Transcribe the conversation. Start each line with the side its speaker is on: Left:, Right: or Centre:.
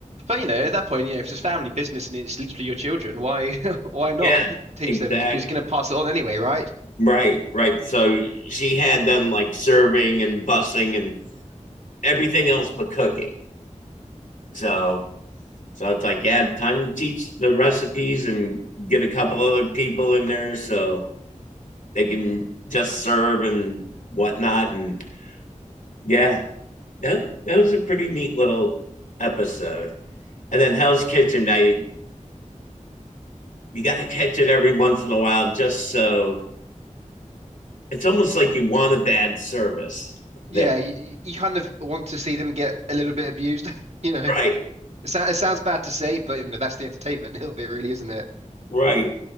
Right: But you know, at that point, you know, if it's a family business and it's literally your children, why <laughs> why not
Left: Yeah,
Right: teach
Left: exactly.
Right: them? Because you're going to pass it on anyway, right?
Left: Right, right. So she had them like serving and bussing and everything else but cooking. So So it's like, yeah, time to teach the recipes and get a couple other people in there so they can just serve and whatnot. And yeah, that, that was a pretty neat little episode. And then Hell's Kitchen, I you gotta catch it every once in a while just so it's almost like you want a bad service there.
Right: Yeah, you, you kind of want to see them get a little bit abused, <laughs> you know.
Left: Right.
Right: It, sou- it sounds bad to say, but you know, that's the entertainment <laughs> of it, really, isn't it?
Left: Right.